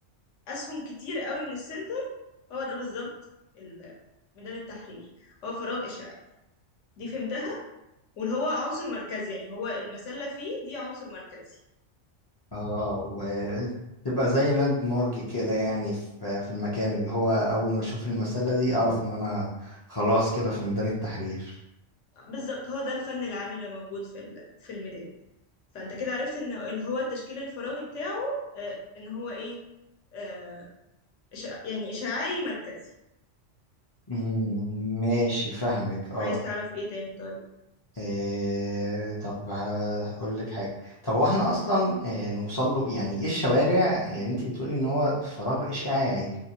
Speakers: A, on the left; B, on the left.
A: اسهم كتير قوي من السنتر هو ده بالظبط ال- ميدان التحرير هو فراغ إشعاعي دي فهمتها واللي هو عنصر مركزي يعني هو المسلة فيه دي عنصر مركزي
B: اه وتبقى زي لاند مارك كده يعني في في المكان اللي هو اول ما اشوف المسلة دي اعرف ان انا خلاص كده في ميدان التحرير
A: بالظبط هو ده الفن العام اللي موجود في ال- في الميدان فانت كده عرفت ان اللي هو التشكيل الفراغي بتاعه آه، ان هو ايه آه، إشع- يعني إشعاعي مركزي
B: مم، ماشي فاهمك اه
A: عايز تعرف ايه تاني طيب
B: إيه طب هقول لك حاجة طب هو احنا اصلا إيه نوصل له يعني ايه الشوارع يعني انت بتقولي ان هو فراغ اشعاعي